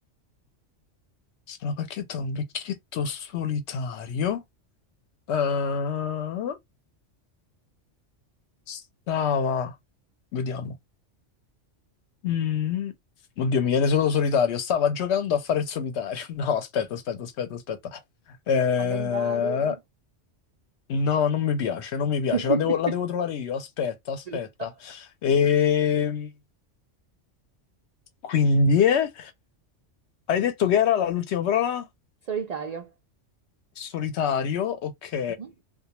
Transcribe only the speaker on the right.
Calendario.
<laughs>
Giusto.
Solitario.
Mhm.